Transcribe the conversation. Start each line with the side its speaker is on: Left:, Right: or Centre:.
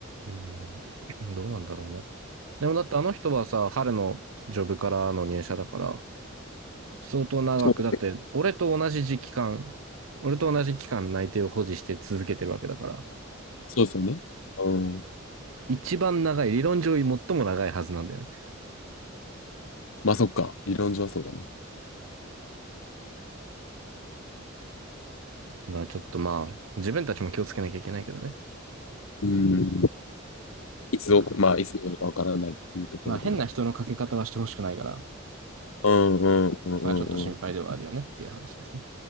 Right: う。うん、どうなんだろうね。でもだってあの人はさ、春のジョブからの入社だから、相当長く、
Left: そう
Right: だって俺と同じ時期間、俺と同じ期間内定を保持して続けてるわけだから、
Left: そうそうね。うん。
Right: 一番長い、理論上最も長いはずなんだよね。
Left: まあそっか、理論上はそうだね。
Right: まあちょっとまあ、自分たちも気をつけなきゃいけないけどね。
Left: うん。いつど、
Right: まあ
Left: まあいつどうなるかわからないっていうところでは。
Right: まあ変な人のかけ方はしてほしくないから、
Left: うんうんうんうんうん。
Right: まあちょっと心配ではあるよねっていう話ですね。